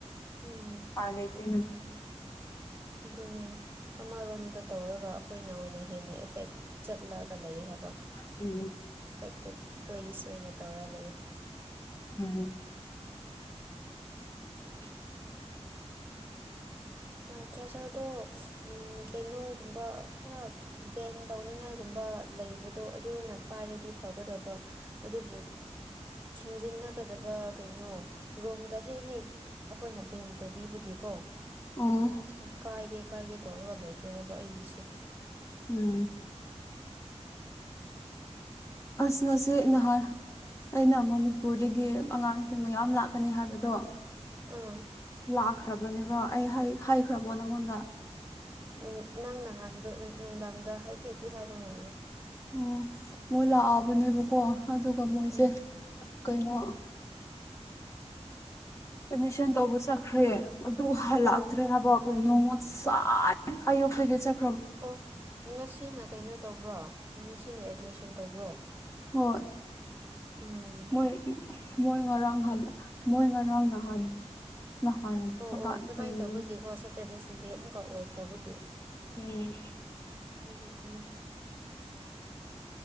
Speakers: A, on the right; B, on the left.
A: ꯎꯝ
B: ꯎꯄꯥꯏ ꯂꯩꯇꯦꯅ
A: ꯑꯗꯨꯅꯦ ꯑꯃꯥꯔꯣꯝꯗ ꯇꯧꯔꯒ ꯑꯩꯈꯣꯏꯅ ꯑꯣꯏꯅ ꯍꯦꯟꯅ ꯑꯦꯐꯦꯛ ꯆꯠꯂꯒ ꯂꯩꯌꯦ ꯍꯥꯏꯕ
B: ꯎꯝ
A: ꯑꯐꯦꯛꯇꯦꯠ ꯄ꯭ꯂꯦꯁ ꯑꯣꯏꯅ ꯇꯧꯔ ꯂꯩ
B: ꯎꯝ <inaudible>
A: ꯌꯥ ꯆꯥꯔꯖꯔꯗꯣ ꯎꯝ ꯀꯩꯅꯣꯒꯨꯝꯕ ꯈꯔ ꯕꯦꯟ ꯇꯧꯅꯤꯉꯥꯏꯒꯨꯝꯕ ꯂꯩꯕꯗꯣ ꯑꯗꯨꯅ ꯄꯥꯏꯔꯗꯤ ꯐꯒꯗꯕꯥ ꯑꯗꯨꯕꯨ ꯊꯤꯡꯖꯤꯟꯅꯛ ꯀꯥꯗꯕ ꯀꯩꯅꯣ ꯔꯣꯝꯗ ꯍꯦ ꯍꯦꯛ ꯑꯩꯈꯣꯏꯅ ꯚꯦꯟ ꯇꯧꯕꯤꯕꯒꯤꯀꯣ
B: ꯎꯝ
A: ꯀꯥꯏꯒꯦ ꯀꯥꯏꯒꯦ ꯇꯧꯔꯒ ꯂꯩꯈ꯭ꯔꯦꯕ ꯑꯩꯒꯤꯁꯦ
B: ꯎꯝ ꯑꯁ ꯉꯁꯤ ꯅꯍꯥꯟ ꯑꯩꯅ ꯃꯅꯤꯄꯨꯔꯗꯒꯤ ꯑꯉꯥꯡꯁꯤꯡ ꯃꯌꯥꯝ ꯂꯥꯛꯀꯅꯤ ꯍꯥꯏꯕꯗꯣ
A: ꯑꯥ
B: ꯂꯥꯛꯈ꯭ꯔꯕꯅꯦꯕ ꯑꯩ ꯍꯥꯏ ꯍꯥꯏꯈ꯭ꯔꯕꯣ ꯅꯪꯉꯣꯟꯗ
A: ꯎꯝ ꯅꯪ ꯅꯍꯥꯟꯗꯣ ꯅꯨ ꯅꯨꯡꯗꯥꯡꯗ ꯍꯥꯏꯐꯦꯠꯗꯤ ꯍꯥꯏꯕ ꯃꯥꯜꯂꯦ
B: ꯑꯣ ꯃꯣꯏ ꯂꯥꯛꯑꯕꯅꯦꯕꯀꯣ ꯑꯗꯨꯒ ꯃꯣꯏꯁꯦ
A: ꯎꯝ
B: ꯀꯩꯅꯣ ꯑꯦꯃꯤꯁꯟ ꯇꯧꯕ ꯆꯠꯈ꯭ꯔꯦ ꯑꯗꯨ ꯍꯥꯜꯂꯛꯇ꯭ꯔꯦ
A: ꯎꯝ
B: ꯍꯥꯏꯕꯛ ꯀꯔꯤꯅꯣ ꯉꯁꯥꯥꯏ ꯑꯌꯨꯛꯇꯒꯤ ꯆꯠ
A: ꯑꯣ ꯉꯁꯤꯅ ꯀꯩꯅꯣ ꯇꯧꯕ꯭ꯔꯣ ꯉꯁꯤꯅ ꯑꯦꯠꯃꯤꯁꯟ ꯇꯧꯕ꯭ꯔꯣ
B: ꯍꯣꯏ
A: ꯎꯝ
B: ꯃꯣꯏ ꯑꯁ ꯃꯣꯏ ꯉꯔꯥꯡ ꯍꯜ ꯃꯣꯏ ꯉꯔꯥꯡ ꯅꯍꯥꯟ ꯅꯍꯥꯟ
A: ꯑꯣ
B: ꯀꯗꯥꯏ
A: ꯑꯣ ꯑꯗꯨꯃꯥꯏ
B: ꯀꯩꯅꯣ
A: ꯇꯧꯕꯒꯤꯀꯣ
B: ꯎꯝ
A: ꯁꯇꯔꯗꯦ ꯁꯟꯗꯦ ꯑꯃꯨꯛꯀ ꯑꯣꯏꯈ꯭ꯔꯕꯒꯤ
B: ꯎꯝ
A: ꯎꯝ ꯎꯝ